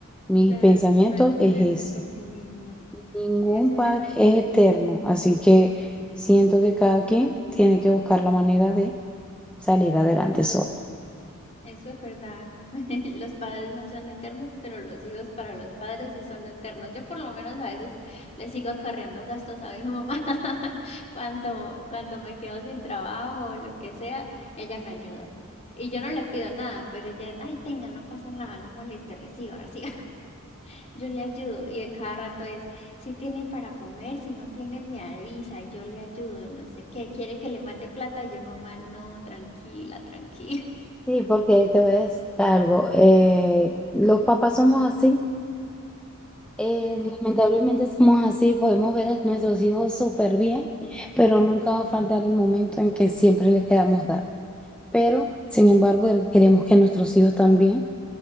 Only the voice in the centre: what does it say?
Mi
pensamiento
es
ese.
Ningún
padre
es eterno, así que siento que cada quien tiene que buscar la manera de salir adelante solo.
Sí, porque te voy a decir algo. eh, los papás somos así. eh,
lamentablemente somos así. Podemos ver a nuestros hijos súper bien, pero nunca va a faltar el momento en que siempre le queramos dar. Pero, sin embargo, queremos que nuestros hijos también